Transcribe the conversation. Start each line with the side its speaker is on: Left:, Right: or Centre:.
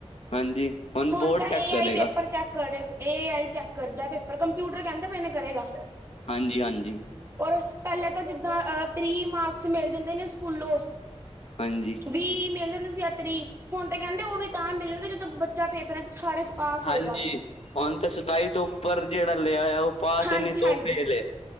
Left: ਹਾਂਜੀ
Right: ਹੁਣ
Left: ਬੋਰਡ
Right: ਤਾਂ
Left: ਚੈੱਕ
Right: ਏ
Left: ਕਰੇਗਾ
Right: ਆਈ ਪੇਪਰ ਚੈੱਕ। ਕਰੇ ਏ ਆਈ ਚੈੱਕ ਕਰਦਾ ਪੇਪਰ ਕੰਪਿਊਟਰ ਕਹਿੰਦਾ ਪਏਨੇ ਕਰੇਗਾ।
Left: ਹਾਂਜੀ-ਹਾਂਜੀ।
Right: ਔਰ ਪਹਿਲਾਂ ਤਾਂ ਜਿੱਦਾਂ <unintelligible> ਮਾਰਕਸ ਮਿਲ ਜਾਂਦੇ ਨੇ ਸਕੂਲੋਂ।
Left: ਹਾਂਜੀ।
Right: ਵੀਹ ਮਿਲ ਜਾਂਦੇ ਸੀ <unintelligible> ਹੁਣ ਤੇ ਕਹਿੰਦੇ ਉਹ ਵੀ ਤਾਂ ਮਿਲਣਗੇ ਜਦੋਂ ਬੱਚਾ ਪੇਪਰਾਂ ਚ ਸਾਰੇ ਚ। ਪਾਸ
Left: ਹਾਂਜੀ
Right: ਹੋਏਗਾ <unintelligible>
Left: ਹੁਣ ਤੇ ਸਤਾਈ ਤੋਂ ਉੱਪਰ ਜਿਹੜਾ ਲਿਆ ਆ ਉਹ ਪਾਸ
Right: ਹਾਂਜੀ-ਹਾਂਜੀ।
Left: ਹੀ ਨਹੀਂ ਤੋਂ ਫੇਲ ਏ